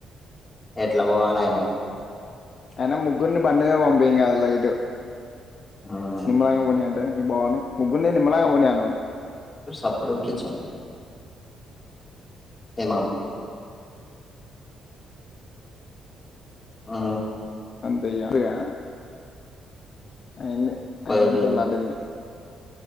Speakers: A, on the left; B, on the left.
A: ఎట్లా పోవాలే
B: అయినా ముగ్గురుని బండిలో పంపియముగా లైట్
A: ఉమ్,
B: నిమ్మలంగా పోనీ అంటే మీ బావని ముగ్గుని నిమ్మలంగా పోనీయా మను
A: అప్పుడు కిచెన్ ఏమ ఉ
B: అంతే ఇగ గా అయింది
A: పోయిల్లు
B: అయిదు నిమిషాలు దాటింది